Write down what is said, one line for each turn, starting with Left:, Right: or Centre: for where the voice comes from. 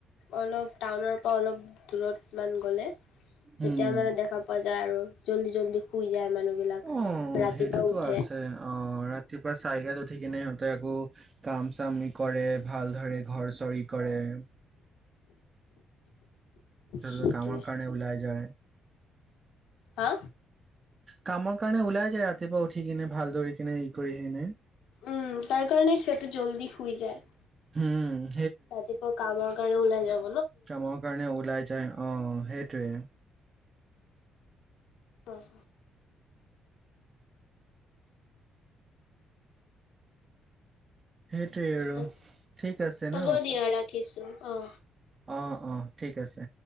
Left: অলপ টাউনৰ পৰা অলপ দূৰত মান গ'লে তেতিয়া
Right: হম
Left: মানে দেখা পোৱা যায় আৰু জল্দি জল্দি শুই যায় মানুহ বিলাক
Right: অ',
Left: ৰাতিপুৱা
Right: সেইটোতো
Left: উ
Right: আছে অ ৰাতি ৰাতিপুৱা চাৰিটাত উঠি কিনে সিহঁতে আকৌ কাম চাম কৰে ভালদৰে ঘৰ চৰি কৰে। উ <unintelligible> তাৰপাছত
Left: সেইটোৱে।
Right: কামৰ কাৰণে ওলাই যায়।
Left: হা
Right: কামৰ কাৰণে ওলাই যায়, ৰাতিপুৱা উঠি কিনে ভাল ধৰি কিনে ই কৰি সিনে
Left: উম তাৰ কাৰণে সিহঁতে জল্দি শুই যায়।
Right: হম
Left: ৰাতিপুৱা কাম কৰি ওলাই যাম।
Right: কামৰ কাৰণে ওলাই যায়, অহ সেইটোৱে
Left: অহ
Right: সেইটোৱে
Left: পিছত,
Right: আৰু। ঠিক আছে
Left: হ'ব
Right: ন
Left: দিয়া ৰাখিছো। অ
Right: অ, অ ঠিক আছে।